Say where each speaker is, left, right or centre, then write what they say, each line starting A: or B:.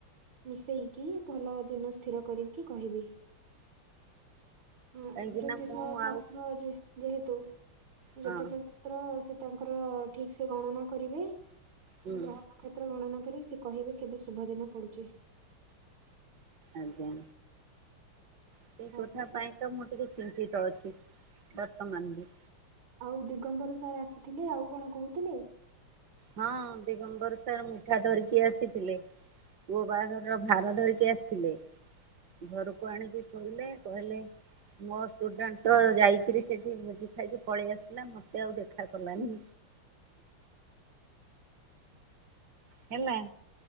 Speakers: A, on the right (about 75°); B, on the right (about 55°).
A: ମିଶେଇକି ଭଲ ଦିନ ସ୍ଥିର କରିକି କହିବି ହଁ
B: କାହିଁକି
A: ଜ୍ୟୋତିଷ
B: ନା ମୁଁ
A: ଶାସ୍ତ୍ର
B: ଆଉ
A: ଯେ ଯେହେତୁ ଜ୍ୟୋତିଷ
B: ହଁ
A: ଶାସ୍ତ୍ର ସେ ତାଙ୍କର ଠିକ ସେ ଗଣନା କରିବେ ମୁଁ
B: ହୁଁ
A: ଗ୍ରହ ନକ୍ଷତ୍ର ଗଣନା କରି ସେ କହିବେ କେବେ ଶୁଭଦିନ ପଡୁଚି।
B: ଆଜ୍ଞା। ସେଇ
A: ହଉ
B: କଥା
A: ତାହେଲେ
B: ପାଇଁ ତ ମୁଁ ଟିକେ ଚିନ୍ତିତ ଅଛି ବର୍ତ୍ତମାନ ବି
A: ଆଉ ଦିଗମ୍ବର ସାରେ ଆସିଥିଲେ ଆଉ କଣ କହୁଥିଲେ?
B: ହଁ ଦିଗମ୍ବର ସାର୍ ମିଠା ଧରିକି ଆସିଥିଲେ। ପୁଅ ବାହାଘରର ଭାର ଧରିକି ଆସିଥିଲେ। ଘରକୁ ଆଣିକି ଥୋଇଲେ କହିଲେ ମୋ ଷ୍ଟୁଡେଣ୍ଟ ତ ଯାଇକିରି ସେଠିି ଭୋଜି ଖାଇକି ପଳେଇ ଆସିଲା ମତେ ଆଉ ଦେଖା କଲାନି। ହେଲା